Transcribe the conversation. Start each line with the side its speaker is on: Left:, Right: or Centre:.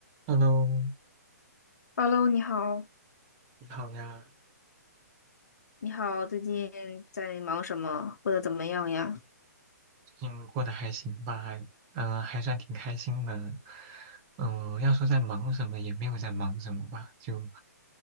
Right: Hello，
Left: Hello，你好，
Right: 你好呀，
Left: 你好，最近在忙什么或者怎么样呀？
Right: 最近过得还行吧？嗯，还算挺开心的。嗯、要说在忙什么，也没有在忙什么吧，就